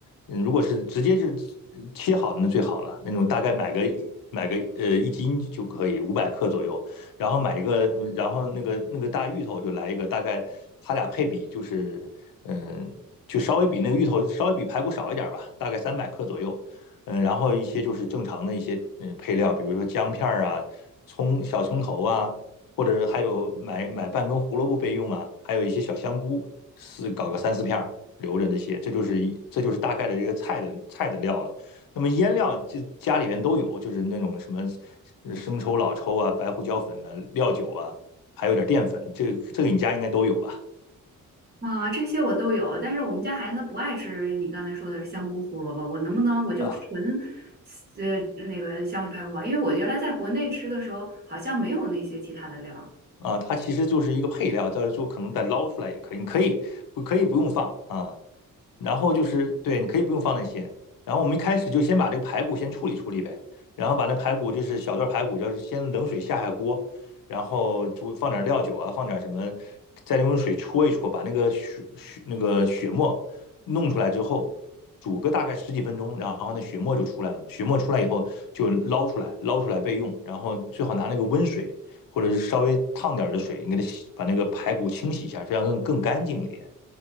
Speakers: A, on the left; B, on the right.
A: 嗯，如果是直接就是嗯切好的那最好了，那种大概买个一买个呃一斤就可以，五百克左右。然后买一个，嗯然后那个那个大芋头就来一个，大概它俩配比就是，嗯，就稍微比那个芋头稍微比排骨少一点儿吧，大概三百克左右。嗯，然后一些就是正常的一些嗯配料，比如说姜片儿啊、葱、小葱头啊，或者还有买买半根胡萝卜备用啊，还有一些小香菇，是搞个三四片儿留着这些，这就是一这就是大概的这个菜的菜的料了。那么腌料这家里边都有，就是那种什么呃生抽、老抽啊、白胡椒粉呐、料酒啊，还有点淀粉，这这个你家应该都有吧？
B: 啊、这些我都有，但是我们家孩子他不爱吃你刚才说的香菇胡萝卜，我能不能我就纯
A: 啊
B: 呃那个香芋排骨煲？因为我原来在国内吃的时候好像没有那些其他的料儿
A: 啊，它其实就是一个配料，到时候可能再捞出来也可以，你可以不可以不用放啊？然后就是对，你可以不用放那些。然后我们一开始就先把这个排骨先处理处理呗，然后把那排骨就是小段排骨，就是先冷水下下锅，然后煮放点料酒啊，放点什么，再用水搓一搓，把那个血血那个血沫弄出来之后，煮个大概十几分钟，然后那血沫就出来了嘛。血沫出来以后就捞出来，捞出来备用。然后最好拿那个温水或者是稍微烫点的水，你给它洗，把那个排骨清洗一下，这样更更干净一点，